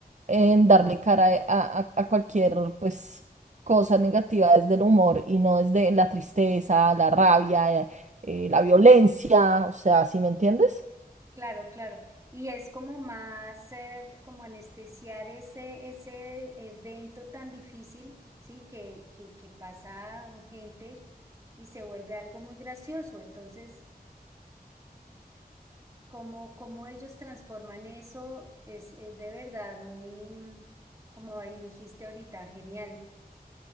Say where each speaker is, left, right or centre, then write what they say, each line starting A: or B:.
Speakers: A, on the right; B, on the right.
A: en darle cara a, a- a cualquier pues cosa negativa desde el humor y no desde la tristeza, la rabia, eh, la violencia, o sea, ¿sí me entiendes?
B: Claro, claro. Y es como más, eh, como anestesiar ese, ese evento tan difícil, ¿sí? Que, que, que pasa gente y se vuelve algo muy gracioso. Entonces, cómo cómo ellos transforman eso es, es de verdad muy, mm, como ahí dijiste ahorita, genial.